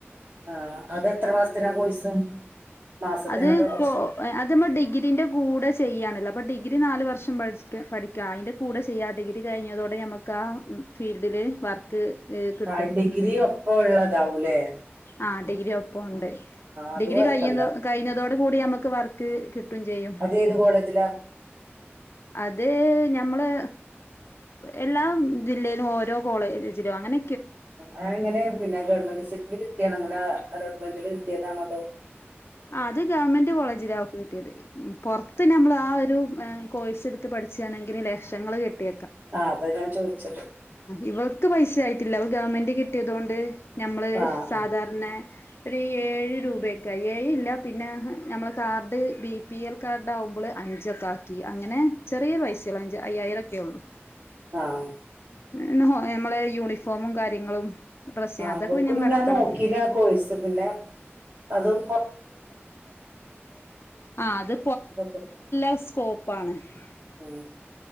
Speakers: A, on the right; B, on the left.
A: ആ അത് എത്ര മാസത്തിനാ കോയിസ് മാസത്തിനെ
B: അത്
A: വർഷ
B: കോ അത് നമ്മൾ ഡിഗ്രീന്റെ കൂടെ ചെയ്യായാണല്ലോ അപ്പൾ ഡിഗ്രി നാല് വർഷം പഠിക്ക പഠിക്ക അതിൻ്റെ കൂടെ ചെയ്യാം ഡിഗ്രി കഴിഞ്ഞതോടെ നമുക്ക് ആ ഫീൽഡില് വർക്ക് കിട്ടും
A: ആ ഡിഗ്രി ഒപ്പം ഉള്ള താവുലെ
B: ആ ഡിഗ്രി ഒപ്പണ്ട്
A: അത്
B: ഡിഗ്രി
A: കുഴപ്പമില്ല
B: കഴുന്ന കഴിഞ്ഞതോടെ കൂടി നമക്ക് വർക്ക് കിട്ട് ട്ടും ചെയ്യും
A: അത് ഏത് കോളേജിലാ
B: അത് നഞമ്മള് എല്ലാ ജില്ലയിലും ഓരോ കോളേജിലും അങ്ങന
A: ആഹ് അങ്ങനെ പിന്നെ <unintelligible> <unintelligible> അങ്ങനെ അലോട്ട്മെന്റില് കിട്ടയതാണോതോ
B: ആ അത് ഗവൺമെന്റ് കോളേജിലാ അവക്ക് കിട്ടിയത് പൊറത്ത് നമ്മൾ ആ ഒരു കോഴ്സ് എടുത്ത് പഠിച്ചാണെങ്കിൽ ലക്ഷങ്ങൾ കെട്ടി
A: ആഹ് അതാ ഞാൻ ചോദിച്ചത്
B: ഇവൾക്ക് പൈസ ആയിട്ടില്ല <unintelligible> ഗവൺമെന്റ് കിട്ടിയതുകൊണ്ട് ഞമ്മള്
A: ആ
B: സാധാരണ
A: ആ
B: ഒരു ഏഴ് രൂപക്കെ ഏഴ് ഇല്ല പിന്നെ നമ്മളെ card B P L card ആകുമ്പോൾ അഞ്ചൊക്കെ ആക്കി അങ്ങനെ ചെറിയ പൈസേള്ള് അഞ്ച് അയ്യായിരം <unintelligible>
A: ആഹ്
B: <unintelligible> നമ്മളെ യൂണിഫോമും കാര്യങ്ങളും ഡ്രസ്സ്
A: ആ
B: അതൊക്കെ
A: അവക്കും
B: പിന്നെ നമ്മൾ അടക്കണം
A: ഞാൻ നോക്കീന കോഴ്സ് പിന്നെ അതും
B: ആഹ് അത്
A: <unintelligible> <inaudible>
B: <inaudible>
A: ഉം.